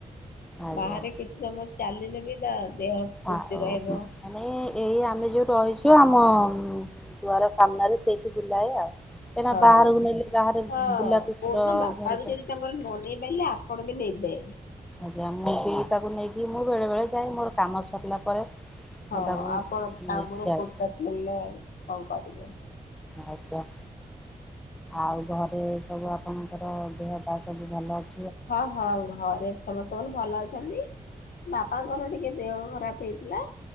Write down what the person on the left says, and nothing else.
ବାହାରେ କିଛି ସମୟ ଚାଲିଲେ ବି ତା ଦେହ। ଫୁର୍ତ୍ତି
ରହିବ
ହଁ।
ହଁ
କୋଉଦିନ ବାପା
ବି ଯଦି ତାଙ୍କର ନନେଇ ପାରିଲେ ଆପଣ ବି ନେବେ।
ହଁ
ଆପଣ
କାମରୁ
ଫୁର୍ସତ ମିଳିଲେ କଣ କରିବେ।
ହଁ ହଁ ଘରେ ସମସ୍ତଙ୍କର ଭଲ ଅଛନ୍ତି। ବାପାଙ୍କର ଟିକେ ଦେହ ଖରାପ ହେଇଥିଲା।